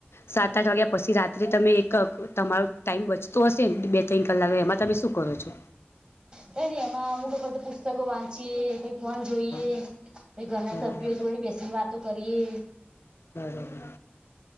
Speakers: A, on the left; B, on the right.
A: સાત આઠ વાગ્યા પછી રાત્રે તમે એક, તમારો ટાઈમ બચતો હશેને બે ત્રણ કલાક એમાં તમે શું કરો છો?
B: કઈ ની એમાં અમૂક <unintelligible> પુસ્તકો વાંચીયે <unintelligible> ફોન જોઈએ
A: હા
B: ઘરના
A: બરોબર
B: સભ્યો જોડે બેસીને વાતો કરીએ,
A: બરોબર